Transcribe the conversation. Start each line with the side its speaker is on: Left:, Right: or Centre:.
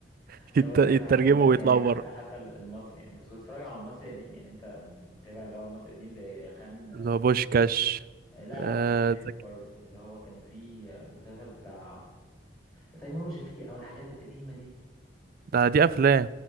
Right: <laughs>
Left: طب
Right: يت-
Left: اقول
Right: يترجموا
Left: لك على حاجه انت يعني
Right: ويطلعوا
Left: حتى
Right: بره
Left: حتى المصري يعني انت كنت بتتفرج على المصري القديم يعني انت بتتابع اللي هو المصري القديم زي خان
Right: اللي هو بوشكاش
Left: آه، لا
Right: آه
Left: لا مسلسلات برضو
Right: زكي
Left: اللي هو كان فيه آه، مسلسل بتاع تيمور وشفيقة او الحاجات القديمة دي
Right: ده دي أفلام